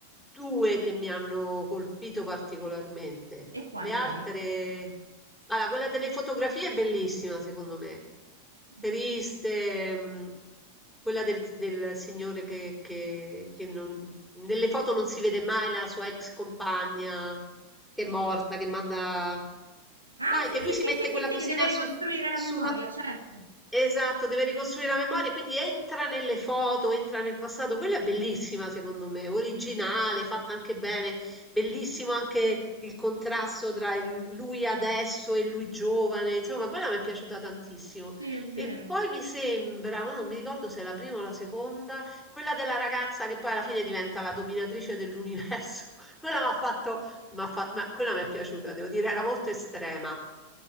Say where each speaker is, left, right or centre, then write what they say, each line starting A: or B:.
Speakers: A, in the centre; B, on the right.
A: due che mi hanno colpito particolarmente.
B: E quali,
A: Le altre...
B: quali?
A: Allora, quella delle fotografie è bellissima, secondo me.
B: Oddio.
A: Triste, mm, quella del, del signore che, che- che non- nelle foto non si vede mai la sua ex compagna che è
B: Oddio.
A: morta, che manda...
B: Ah,
A: Dai,
B: sì,
A: che lui
B: sì,
A: si
B: sì,
A: mette
B: sì,
A: quella
B: sì,
A: cosina
B: sì, che deve ricostruire
A: su,
B: la
A: sulla
B: memoria, certo.
A: Esatto, deve ricostruire la memoria, quindi entra nelle foto, entra nel passato. Quella è bellissima, secondo me, originale, fatta anche bene. Bellissimo anche il contrasto tra il- lui adesso e lui giovane. Insomma, quella mi è piaciuta tantissimo.
B: Sì, è vero.
A: E poi mi sembra, ma non mi ricordo se è la prima o la seconda, quella della ragazza che poi alla fine diventa la dominatrice dell'universo. <laughs> Quella mi ha fatto, m'ha fa- ma quella mi è piaciuta, devo dire, era molto estrema.